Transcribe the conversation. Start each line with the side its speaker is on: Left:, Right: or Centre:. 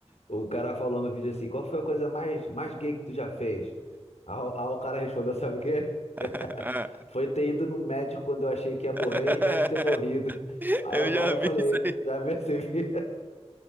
Left: O cara falou no vídeo assim, qual foi a coisa mais, mais gay que tu já fez? Aí, o aí o cara respondeu, <laughs> sabe o quê?
Right: <laughs>
Left: <laughs> Foi ter ido no médico quando eu achei que ia morrer,
Right: <laughs>
Left: ao invés de ter morrido. Aí
Right: Eu
Left: eu,
Right: já
Left: aí eu
Right: vi
Left: falei,
Right: isso aí,
Left: já percebi?